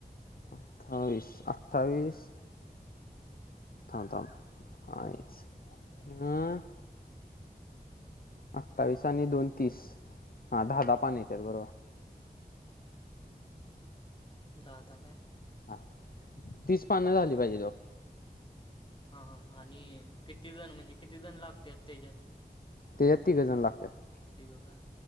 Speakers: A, on the left; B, on the left.
A: अठ्ठावीस अठ्ठावीस थांब थांब आईच हम् अठ्ठावीस आणि दोन, तीस हा दहा दहा पान येत्यात बरोबर.
B: दादा काय?
A: ह तीस पानं झाली पाहिजेत ओ.
B: हा हा आणि किती जण म्हणजे किती जण लागत्यात त्याच्यात?
A: त्याच्यात तीघजण लागत्यात.
B: तिघ काय?